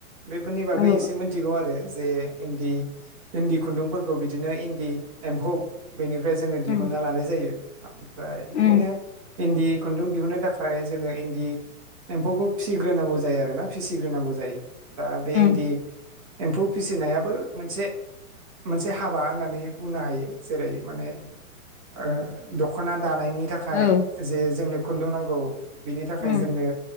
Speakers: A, on the right; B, on the left.
A: बेफोरनि बागै
B: औ औ
A: एसे मिथिगौ आरो जे इन्दि इन्दि खुन्दुंफोरखौ बिदिनो इन्दि एम्फौ बेनिफ्राय जोङो दिहुनना
B: उम
A: लानाय जायो ओमफ्राय बिदिनो।
B: उम
A: इन्दि खुन्दुं दिहुनो थाखाय जोङो इन्दि एम्फौखौ फिसिग्रोनांगौ जायो आरोना फिसिग्रोनांगौ जायो दा बे
B: उम
A: इन्दि एम्फौ फिसिनायाबो मोनसे। मोनसे हाबा होननानै बुंनो हायो जेरै माने। ओ दख'ना दानायनि थाखाय
B: औ
A: जे जोंनो खुन्दुं नांगौ। बेनि
B: उम
A: थाखाय जोंनो।